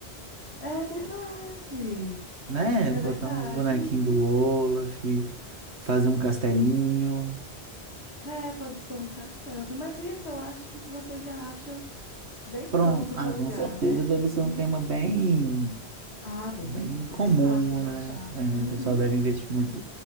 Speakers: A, on the left (about 75°); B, on the right (about 80°).
A: É verdade.
B: né?
A: É
B: Botar
A: verdade.
B: uns bonequinhos
A: Uhum.
B: do Olaf, fazer um castelinho.
A: É, pode ser um castelo, assim. Mas isso eu acho que se você já acha bem pronto
B: Pronto.
A: para
B: Ah,
A: alugar,
B: com certeza
A: né?
B: deve ser
A: Uhum.
B: um tema bem,
A: Ah, deve
B: bem
A: ser
B: comum,
A: bem fácil de
B: né?
A: achar. Uhum.
B: É, o pessoal deve investir muito,